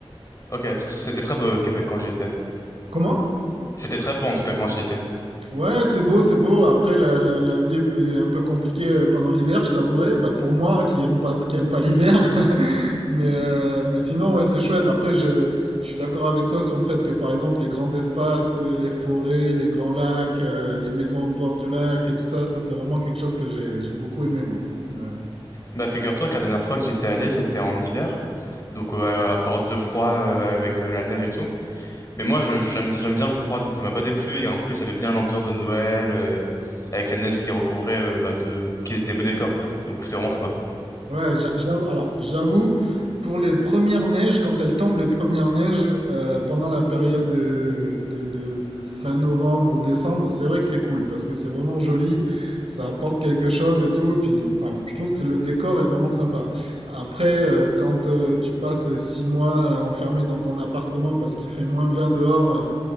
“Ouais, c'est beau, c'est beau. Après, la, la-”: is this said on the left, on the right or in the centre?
Right